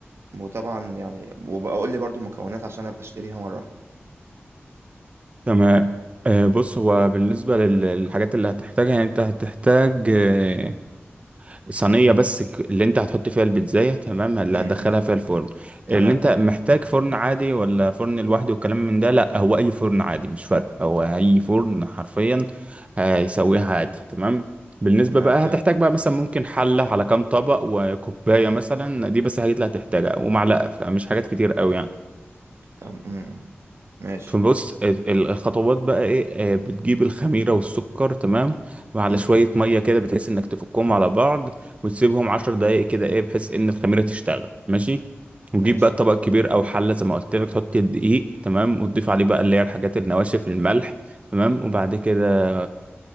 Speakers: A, on the right (about 75°); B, on the right (about 30°).
A: وطبعا يعني وبقى اقول لي برضو المكونات عشان ابقى اشتريها مره واحده
B: تمام آه، بص هو بالنسبة لل- للحاجات اللي هتحتاجها يعني انت هتحتاج آه، صينية بس ك- اللي انت هتحط فيها البيتزاية تمام اللي
A: امم
B: هتدخلها فيها الفرن اللي
A: تمام
B: انت محتاج فرن عادي ولا فرن لوحده والكلام من ده لا هو اي فرن عادي مش فارق هو اي فرن حرفيا هيسويها عادي تمام بالنسبة
A: تمام
B: بقى
A: حلو
B: هتحتاج بقى مثلا ممكن حلة على كام طبق وكوباية مثلا دي بس الحاجات اللي هتحتاجها ومعلقة فمش حاجات كتير قوي يعني
A: تمام امم ماشي
B: فبص ال- ال- الخطوات بقى ايه آه، بتجيب الخميرة والسكر تمام وعلى
A: امم
B: شوية مية كده بتحس انك تفكهم على بعض وتسيبهم عشر دقايق كده ايه بحيث ان الخميرة تشتغل ماشي
A: ماشي
B: وتجيب بقى طبق كبير او حلة زي ما قلت لك تحط الدقيق تمام وتضيف عليه بقى اللي هي الحاجات النواشف الملح تمام وبعد كده